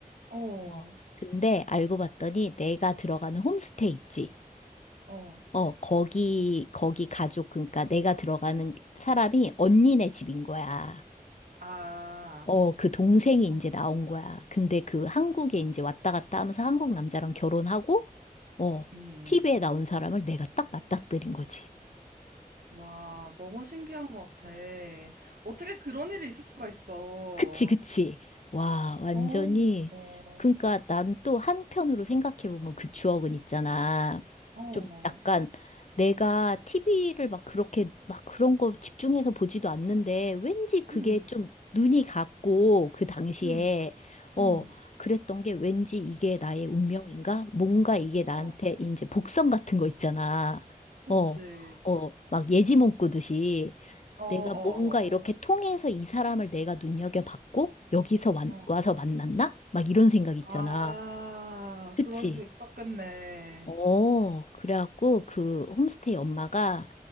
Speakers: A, on the right (about 80°); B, on the left (about 50°).
A: 어,
B: 어, 근데 알고 봤더니 내가 들어가는 홈스테이 있지.
A: 어,
B: 어, 거기, 거기 가족, 그러니까 내가 들어가는 사람이 언니네 집인 거야.
A: 아,
B: 어, 그 동생이 이제
A: 어,
B: 나온 거야. 근데 그 한국에 이제 왔다 갔다 하면서 한국 남자랑 결혼하고, 어,
A: 음.
B: TV에 나온 사람을 내가 딱 맞닥뜨린 거지.
A: 와, 너무 신기한 것 같아. 어떻게 그런 일이 있을 수가 있어.
B: 그치, 그치. 와, 완전히.
A: 어, 어,
B: 그러니까 난 또 한편으로 생각해보면 그 추억은 있잖아.
A: 어,
B: 좀 약간 내가 TV를 막 그렇게 막 그런 거 집중해서 보지도 않는데 왠지 그게
A: 음,
B: 좀 눈이 갔고 그 당시에
A: 음,
B: 어,
A: 음,
B: 그랬던 게 왠지 이게 나의 운명인가? 뭔가 이게 나한테
A: 어,
B: 이제 복선 같은 거 있잖아.
A: 그치.
B: 어, 어, 막 예지몽 꾸듯이.
A: 어, 어,
B: 내가 뭔가 이렇게
A: 어,
B: 통해서 이 사람을 내가 눈여겨봤고, 여기서 완-
A: 어, 어.
B: 와서 만났나? 막 이런 생각 있잖아.
A: 아,
B: 그치?
A: 그럴 수 있었겠네.
B: 어, 그래갖고 그 홈스테이 엄마가